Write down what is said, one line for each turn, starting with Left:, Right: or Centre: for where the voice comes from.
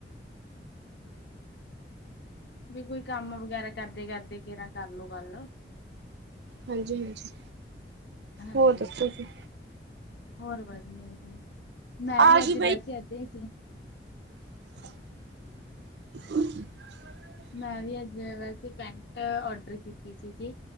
Left: ਵੀ ਕੋਈ ਕੰਮ ਵਗੈਰਾ ਕਰਦੇ ਕਰਦੇ ਕੇਰਾਂ ਕਰਲੂ ਕਰ ਲਓ
Right: ਹਾਂਜੀ ਹਾਂਜੀ
Left: ਹਾਂਜੀ
Right: ਹੋਰ ਦੱਸੋ ਜੀ
Left: ਹੋਰ ਵਧੀਆ ਮੈਂ ਵੀ
Right: ਆਗੀ
Left: ਅੱਜ ਵੈਸੇ ਏਦਾਂ ਹੀ ਸੀ
Right: ਹ <inaudible>
Left: ਮੈਂ ਵੀ ਅੱਜ ਪੈਂਟ ਆਰਡਰ ਕੀਤੀ ਸੀ ਜੀ